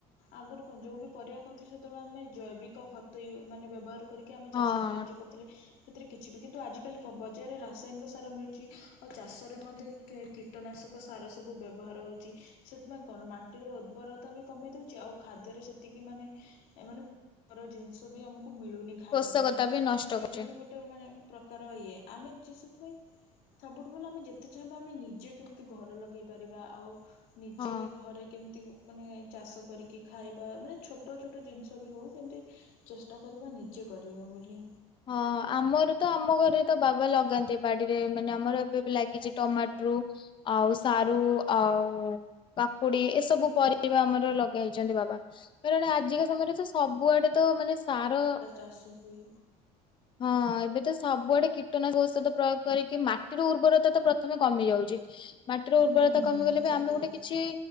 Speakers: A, on the left; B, on the left.
A: ଆଗରୁ କଣ ଯୋଉ ବି ପରିବା ଖାଉଥିଲେ ସେତେବେଳେ ଆମେ ଜୈବିକ ଖତ ୟୁ ମାନେ ବ୍ୟବହାର କରିକି ଆମେ
B: ହଁ
A: ଚାଷ କାର୍ଯ୍ୟ କରୁଥିଲେ ସେଥିରେ କିଛି ବି କିନ୍ତୁ ଆଜିକାଲି କଣ ବଜାରରେ ରାସାୟନିକ ସାର ମିଳୁଛି ଆଉ ଚାଷରେ ମଧ୍ୟ କେ କୀ ଟନାଶକ ସାର ସବୁ ବ୍ୟବହାର ହଉଚି ସେଥିପାଇଁ କଣ ମାଟିର ଉର୍ବରତା ବି କମେଇ ଦଉଛି ଆଉ ଖାଦ୍ୟରେ ସେତିକି ମାନେ ଏ ମାନେ ର ଜିନିଷ ବି ଆମୁକୁ ମିଳୁନି ଖାଇବା
B: ପୋଷକତା
A: ପାଇଁ
B: ବି ନଷ୍ଟ
A: ସେଇଟା
B: କରୁଚେ
A: ବି ଗୋଟେ ଯୋଉ ମାନେ ପ୍ରକାର ଇଏ ଆମେ ଯେ ସେଥିପାଇଁ ସବୁଠୁ ଭଲ ଆମେ ଯେତେ ଚାହିଁବା ଆମେ ନିଜେ କେମତି ଘର ଲଗେଇ ପାରିବା ଆଉ ନିଜେ
B: ହଁ।
A: ଘରେ କେମତି ମାନେ ଚାଷ କରିକି ଖାଇବା ମାନେ ଛୋଟ ଛୋଟ ଜିନିଷ ବି ହଉ କେମିତି ଚେଷ୍ଟା କରିବା ନିଜେ କରିବା ବୋଲି
B: ହଁ ଆମର ତ ଆମ ଘରେ ତ ବାବା ଲଗାନ୍ତି ବାଡିରେ ମାନେ ଆମର ଏବେ ବି ଲାଗିଚି ଟମାଟୋରୁ ଆଉ ସାରୁ ଆଉ କାକୁଡି ଏସବୁ ପରିବା ଆମର ଲଗେଇଛନ୍ତି ବାବା କାରଣ ଆଜିକା ସମୟରେ ସେ ସବୁଆଡେ ତ ମାନେ ସାର
A: ଆଆସୁ ହୁଏ
B: ହଁ ଏବେ ତ ସବୁଆଡେ କୀଟନାଶ ଔଷଧ ପ୍ରୟୋଗ କରିକି ମାଟିର ଉର୍ବରତା ତ ପ୍ରଥମେ କମି ଯାଉ ଛି ମାଟିର ଉର୍ବରତା
A: ହୁଁ ହୁଁ
B: କମିଗଲେ ବି
A: ସତ
B: ଆମେ ଗୋଟେ
A: କଥା।
B: କିଛି